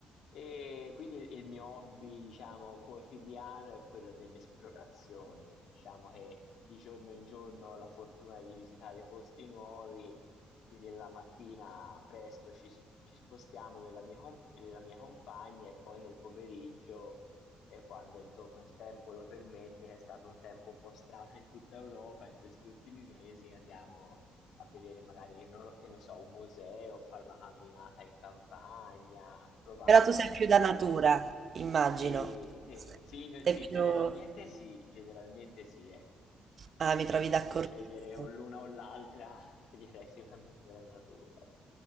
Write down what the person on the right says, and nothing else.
Però tu
sei più da natura, immagino.
Sei
più...
Ah, mi
trovi
d'accordissimo.